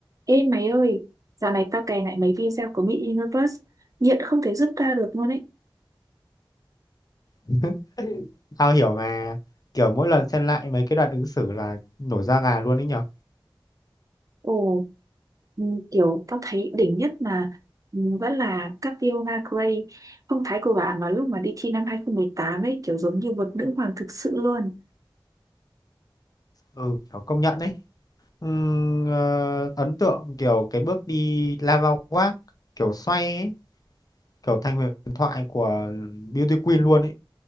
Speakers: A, on the right; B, on the left.
A: Ê mày ơi, dạo này tao cày lại mấy video của Miss Universe, nghiện không thể dứt ra được luôn ấy.
B: <laughs> Tao hiểu mà kiểu mỗi lần xem lại mấy cái đoạn ứng xử là nổi da gà luôn ấy nhở.
A: Ồ, ừ, kiểu tao thấy đỉnh nhất mà ừ, vẫn là Catriona Gray, phong thái của bà mà lúc mà đi thi năm 2018 ấy, kiểu giống như một nữ hoàng thực sự luôn.
B: Ừ, kiểu công nhận đấy. Ừm, ờ, ấn tượng kiểu cái bước đi lava walk kiểu xoay ấy, kiểu thành huyền thoại của Beauty Queen luôn ấy.